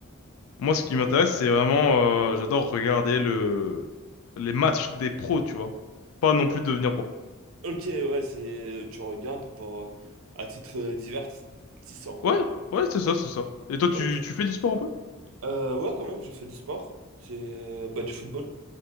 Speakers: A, on the left; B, on the right.
A: Moi, ce qui m'intéresse, c'est vraiment, euh, j'adore regarder le, les matchs des pros, tu vois. Pas non plus devenir pro.
B: Ok, ouais, c'est tu regardes pour euh, à titre euh, divertissant quoi.
A: Ouais, ouais, c'est ça, c'est ça. Et toi,
B: Ok.
A: tu, tu fais du sport un peu?
B: Euh, ouais, quand même, je fais du sport. C'est bah, du football.